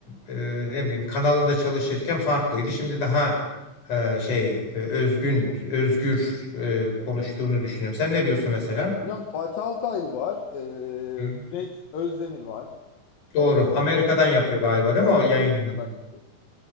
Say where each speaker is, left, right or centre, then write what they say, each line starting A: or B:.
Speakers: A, on the left; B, on the left.
A: e, ne bileyim kanalında çalışırken farklıydı. Şimdi daha e, şey e, özgün özgür e, konuştuğunu düşünüyorum. Sen ne diyorsun mesela?
B: Hocam Fatih Altaylı var. E,
A: Hı.
B: Cüneyt Özdemir var. Son
A: Doğru. Amerika'dan yapıyor galiba değil
B: Evet.
A: mi o yayını?
B: Amerika'dan yapıyor.